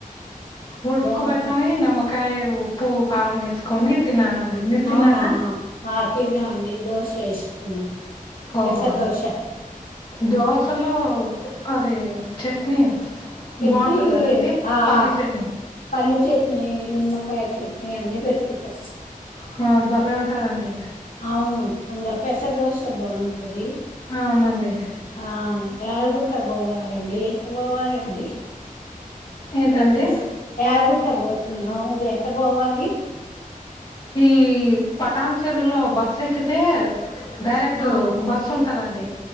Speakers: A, on the left (about 30°); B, on the left (about 80°).
A: ఉడుకబెట్టినవి
B: బాగుంటది
A: నిమ్మ కాయ ఉప్పు కారం వేసుకొని తిన్నానండి మీరు తిన్నారా
B: అవునా ఆ తిన్నా అండి దోశ పెస్ష్ట్ ఉన్నా
A: ఓహో
B: ఎసా దోషా
A: దోశలో అది చట్నీ
B: చట్నీ
A: బాగుంటది కదండి
B: ఆ
A: పల్లీ
B: ఆ
A: చట్నీ
B: పల్లి చట్నీ నిమ్మకాయ చట్నీ అన్నిీ పెట్టుకుంటా
A: హ భలే ఉంటదండి
B: అవును ఇంకా పెసదోశ బాగుంటది
A: అవునండి
B: ఆ రుగుట్ట పోవాలి రంీ ఎట్టపోవాలండి
A: ఏంటండి
B: మీజస్ యాదరిగిగుట్టకు పోత నవుది ఎట్ట పోవాలి
A: ఈ పటాన్ చెరువులో బస్సు ఎక్కితే డైరెక్ట్
B: అవును
A: బస్ ఉ ఉంటదండి